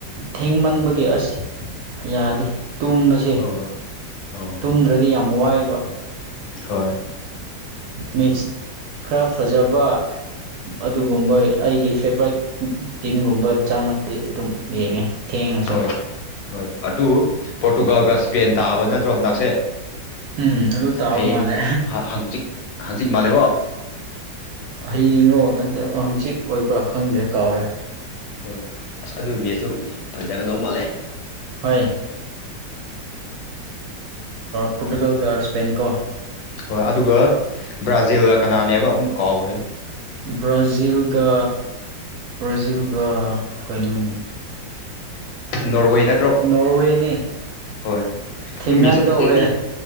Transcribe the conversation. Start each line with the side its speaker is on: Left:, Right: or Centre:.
Right: ꯊꯦꯡꯃꯟꯕꯒꯤ ꯑꯁ ꯌꯥꯗꯦ ꯇꯨꯝꯕꯁꯦ
Left: ꯑꯣ ꯑꯣ
Right: ꯇꯨꯝꯗ꯭ꯔꯗꯤ ꯌꯥꯝ ꯋꯥꯏꯑꯕ
Left: ꯍꯣꯏ
Right: ꯃꯤꯁ ꯈꯔ ꯐꯖꯕ ꯑꯗꯨꯒꯨꯝꯕꯣꯏ ꯑꯩꯒꯤ ꯐꯦꯚꯣꯔꯥꯏꯠ ꯇꯤꯝꯒꯨꯝꯕ ꯆꯪꯉꯗꯤ ꯑꯗꯨꯝ ꯌꯦꯡꯉꯦ ꯊꯦꯡꯉꯁꯨ
Left: ꯍꯣꯏ ꯍꯣꯏ ꯑꯗꯨ ꯄꯣꯔꯇꯨꯒꯥꯜꯒ ꯏꯁꯄꯦꯟ ꯇꯥꯕ ꯅꯠꯇ꯭ꯔꯣ ꯍꯟꯗꯛꯁꯦ
Right: ꯎꯝ ꯑꯗꯨ ꯇꯥꯕ
Left: ꯍꯌꯦꯡ
Right: ꯃꯥꯜꯂꯦ
Left: ꯍꯥꯡꯆꯤꯛ ꯍꯥꯡꯆꯤꯛ ꯃꯥꯜꯂꯦꯕꯣ
Right: ꯍꯌꯦꯡꯔꯣ ꯅꯠꯇ꯭ꯔ ꯍꯪꯆꯤꯠ ꯑꯣꯏꯕ꯭ꯔꯥ ꯈꯪꯗ꯭ꯔꯦ ꯀꯥꯎꯔꯦ
Left: ꯍꯣꯏ ꯑꯁ ꯑꯗꯨ ꯃꯦꯠꯆꯇꯨ ꯐꯖꯒꯗꯧ ꯃꯣꯠꯂꯦ
Right: ꯍꯣꯏ ꯑꯣ ꯄꯣꯔꯇꯨꯒꯜꯒꯒꯥ ꯏꯁꯄꯦꯟ ꯀꯣ
Left: ꯍꯣꯏ ꯑꯗꯨꯒ ꯕ꯭ꯔꯥꯖꯤꯜꯒ ꯀꯅꯥꯅꯦꯕ ꯑꯃꯨꯛ ꯀꯥꯎꯈ꯭ꯔꯦ
Right: ꯕ꯭ꯔꯥꯖꯤꯜꯒ ꯕ꯭ꯔꯥꯖꯤꯜꯒ ꯀꯩꯅꯣꯅꯤ
Left: ꯅꯣꯔꯋꯦ ꯅꯠꯇ꯭ꯔꯣ
Right: ꯅꯣꯔꯋꯦꯅꯦ
Left: ꯍꯣꯏ ꯑꯗꯨ
Right: ꯊꯦꯡꯅꯒꯗꯧꯔꯦ
Left: ꯃꯦꯠꯁꯁꯨ ꯐꯖꯒꯅꯤ